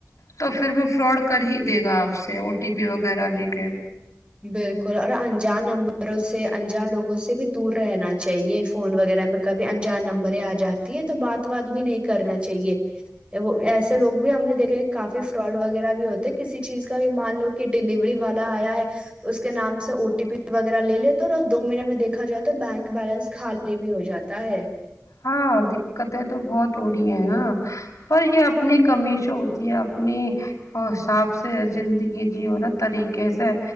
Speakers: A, on the left; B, on the right.
A: تو پھر وہ فراڈ کر ہی دے گا آپ سے او ٹی پی وغیرہ لے کے
B: بالکل اور انجان نمبروں سے انجان لوگوں سے بھی دور رہنا چاہیے فون وغیرہ میں کبھی انجان نمبر آ جاتی ہے تو بات وات بھی نہیں کرنا چاہیے وہ ایسے لوگ بھی ہم نے دیکھا کافی فراڈ وغیرہ بھی ہوتے کسی چیز کا بھی مان لو کہ ڈیلیوری والا آیا ہے اس کے نام سے او ٹی پی وغیرہ لے لیتے اور ا دو منٹ میں دیکھا جائے تو بینک بیلنس خالی بھی ہو جاتا ہے
A: ہاں دقتیں تو بہت وری ہے نا پر یہ اپنی کمیش ہوتی ہے اپنی حساب سے زندگی جیو نا طریقے سے